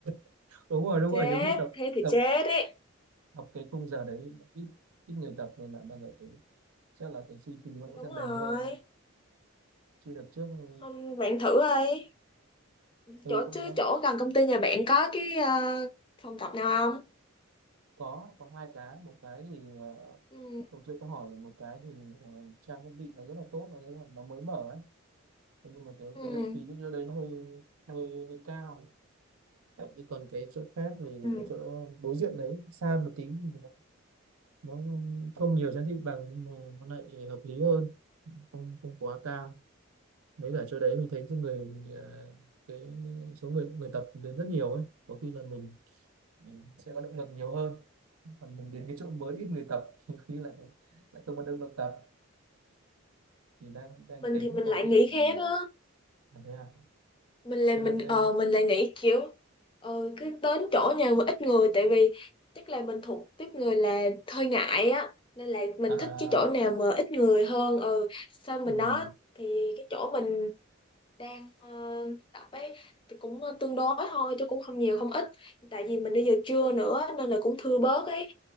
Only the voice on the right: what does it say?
<laughs> đúng rồi đúng
rồi nhiều khi tập
tập
tập cái khung giờ đấy ít ít người tập rồi lại bao giờ cái chắc là cái suy khí nó cũng
sẽ mềm
hơn chứ đợt trước ừ,
tôi
cũng
đã
có có hai cái một cái thì ờ,
tôi chưa có hỏi một cái thì ờ, trang thiết bị nó rất là tốt là nó rất là, nó mới mở ấy Thế nhưng mà cái
cái lượng khí lúc đó đấy nó hơi hơi, hơi cao Đấy, còn cái chỗ khác thì
chỗ đối diện đấy xa một tí thì nó, nó không nhiều trang thiết bằng nhưng mà nó lại hợp lý hơn không không quá cao mấy cả chỗ đấy mình thấy cái người ờ, cái số người người tập đến rất nhiều ấy có khi là mình mình sẽ có động lực nhiều hơn còn mình đến cái chỗ mới ít người tập <laughs> thì khi lại lại không có động lực tập thì đang đang
tính
có
khi
mình
làm thế nào
thế
là sẽ
à
ừ